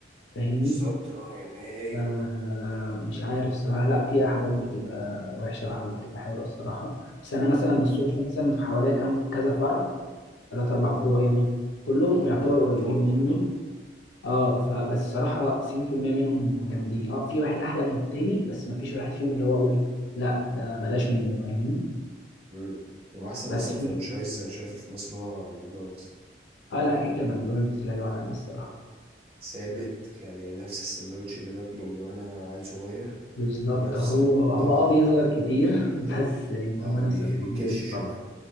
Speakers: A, on the left; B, on the right.
A: فاهمني؟
B: بالظبط اه يعني هي
A: آه
B: هي
A: مش عارف الصراحة لا فيها حاجات بتبقى وحشة وحاجات بتبقى حلوة الصراحة بس أنا مثلا
B: مم.
A: بالصدفة مثلا في حواليا كام كذا فرع تلات أربع فروع يعني كلهم
B: فجربتهم
A: يعتبر قريبين
B: كلهم
A: مني اه فبس الصراحة 90% منهم جامدين اه في واحد أحلى من التاني بس مفيش واحد فيهم اللي هو أقول لا ده بلاش منه فاهمني؟
B: مم. واحسن
A: بس
B: اصلا
A: في
B: فرانشايز انا شايفه في مصر هو ماكدونالدز
A: اه لا كيكة ماكدونالدز لا يعلى عليه الصراحة
B: ثابت يعني نفس السندوتش اللي باكله من وانا عيل صغير
A: بالظبط
B: نفس
A: هو
B: الطعم
A: هو اه بيظهر كتير <laughs> بس يعني
B: اه
A: هو نفس
B: بي...
A: التعامل
B: بيكش
A: بالظبط
B: شوية